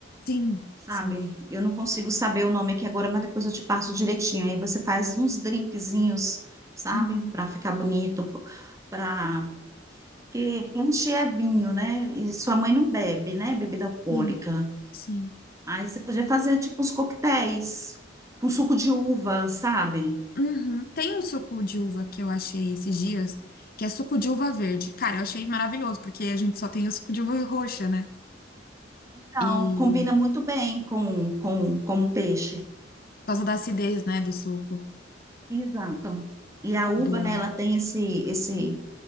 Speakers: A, on the left; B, on the right.
A: Sim,
B: sabe?
A: sim.
B: Eu não consigo saber o nome aqui agora, mas depois eu te passo direitinho. Aí você faz uns drinkzinhos, sabe?
A: Uhum.
B: Para ficar bonito, para... Porque punch é vinho, né? E sua mãe não bebe, né? Bebida alcoólica.
A: Sim, sim.
B: Aí você podia fazer tipo uns coquetéis com suco de uva, sabe?
A: Uhum. Tem um suco de uva que eu achei esses dias, que é suco de uva verde. Cara, eu achei maravilhoso, porque a gente só tem o suco de uva roxa, né?
B: Então,
A: E
B: combina muito bem com, com, com o peixe.
A: por causa da acidez, né, do suco.
B: Exato. E a uva,
A: Boa.
B: né, ela tem esse, esse,